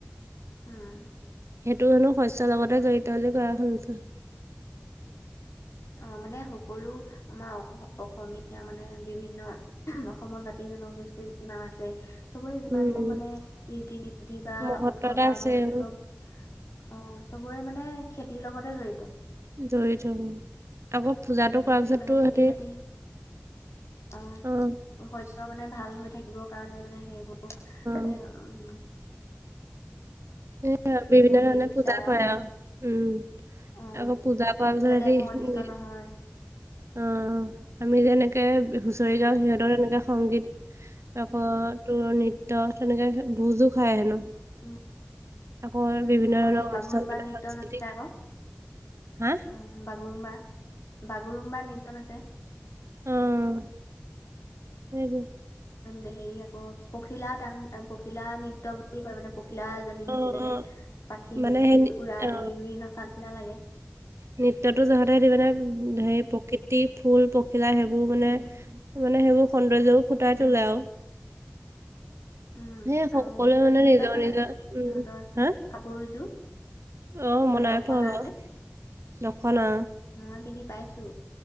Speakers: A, on the left; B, on the right.
A: উম
B: সেইটো হেনো শস্যৰ লগতে জড়িত বুলি কোৱা শুনিছো
A: অ মানে সকলো আমাৰ অ অসমীয়া মানে বিভিন্ন অসমৰ জাতি জনগোষ্ঠীৰ যিমান আছে চবৰে যিমানবোৰ
B: উম
A: মানে ৰীতি নীতি বা
B: মহত্ব
A: উৎসৱ
B: এটা
A: পাৰ্বন
B: এইবোৰ
A: আছে চব অ চবৰে মানে খেতিৰ লগতে জড়িত
B: জৰিত অ তাকো পূজাটো
A: উম
B: কৰা পিছতটো
A: মানে খেতি
B: হেতি
A: বাতি আহ
B: অ
A: শস্য মানে ভাল হৈ থাকিবৰ কাৰণে মানে সেইবোৰ মানে
B: অ
A: উ
B: এ বিভিন্ন ধৰণে
A: হেৰি বিচাৰে
B: পূজা কৰে আৰু উম
A: অ
B: আকৌ পূজা কৰাৰ পিছত
A: যাতে
B: হেতি
A: একো অনিষ্ট নহয়
B: অ আমি যেন হুঁচৰি
A: উম
B: গাওঁ সিহঁতৰ তেনেকে সংগীত আকৌ তোৰ নৃত্য তেনেকে ভুজো খায় হেনো
A: উম
B: আকৌ
A: উম
B: বিভিন্ন
A: আকৌ
B: ধৰণৰ
A: সেই
B: অনুষ্ঠান
A: বাগৰুম্বা
B: পাতে
A: নৃত্য
B: সাংস্কৃতিক
A: নাচে আক উম
B: হা
A: বাগুৰুম্বাৰ বাগুৰুম্বাৰ নৃত্য নাছে
B: উম সেইটোৱে
A: হেৰি আকৌ পখিলা তা পখিলা নৃত্য বুলি কয় মানে পখিলা জনী
B: অ
A: নিচিনাকে
B: অ
A: পাখি
B: মানে
A: মেলি
B: সেই নি-
A: উৰা
B: অ
A: উৰি উৰি নচা নিচিনা লাগে
B: নৃত্যটো যহতে হেতি মানে হে কৃতি ফুল পখিলা সেইবোৰ মানে মানে সেইবোৰ সৌন্দৰ্যও ফুটাই
A: উম
B: তোলে আও
A: উম
B: সেই সকলোৱে
A: আৰু তই
B: মানে
A: পিন্ধি
B: নিজৰ
A: পাইছ নাই
B: নিজৰ
A: সিহঁতৰ
B: উম হা
A: কাপোৰযোৰ
B: অ
A: মানে
B: মই নাই
A: দখনা
B: পোৱা বাও
A: যে
B: দখনা
A: মই পিন্ধি পাইছো